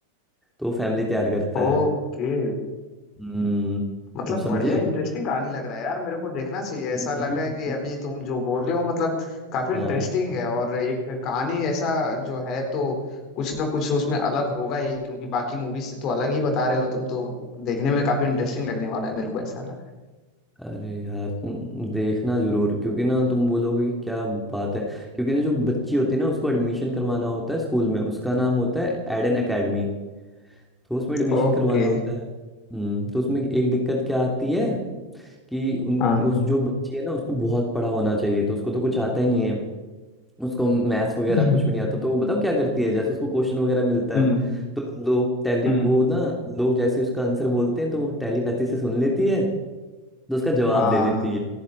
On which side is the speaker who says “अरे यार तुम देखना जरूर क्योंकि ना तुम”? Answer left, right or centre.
Centre